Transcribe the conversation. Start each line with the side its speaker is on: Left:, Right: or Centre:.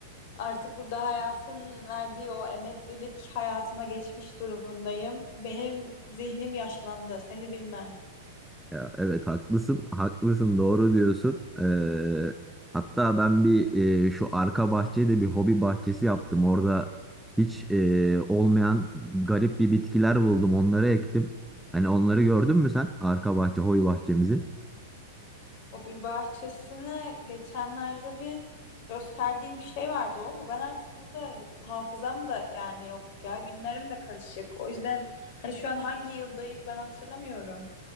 Left: Artık burada hayatın verdiği o emeklilik hayatına geçmiş durumundayım. Benim zihnim yaşlandı seni bilmem.
Centre: Ya evet haklısın, haklısın doğru diyorsun. Ee, hatta ben bir e, şu arka bahçeye bir hobi bahçesi yaptım. Orada hiç e, olmayan garip bir bitkiler buldum, onları ektim. Hani onları gördün mü sen arka bahçe, hobi bahçemizi?
Left: O bir bahçesine geçenlerde bir gösterdiğin bir şey vardı o mu? Ben artık burada hafızam da yani yok ya günlerim de karışık. O yüzden hani şu an hangi yıldayız ben hatırlamıyorum.